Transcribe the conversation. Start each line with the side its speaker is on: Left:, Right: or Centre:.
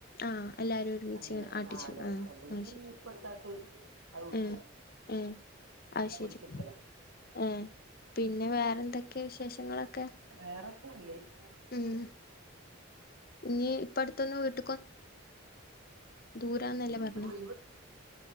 Left: ആഹ് എല്ലാരും ഒരുമിച്ച്
Right: ആഹ് അങ്ങനെ
Left: ഇങ്ങനെ ആട്ടിച്ചു
Right: അല്ല
Left: ആഹ്
Right: <unintelligible>
Left: അത് ശരി
Right: ഇപ്പട്ത്താട്ട് അത് വിക്കും
Left: ഏഹ് ഏഹ് അത്
Right: പൊളിച്ച്
Left: ശെരി
Right: വിക്കലാ
Left: ഏഹ് പിന്നെ വേറെന്തൊക്കെ വിശേഷങ്ങളൊക്കെ
Right: വേറെത്താ നല്ലത്
Left: ഉം ഇഞ്ഞ് പ്പടുത്തുന്ന വിട്ട് ദൂരാന്നല്ലേ പറഞ്ഞേ
Right: ഇപ്പോ <unintelligible>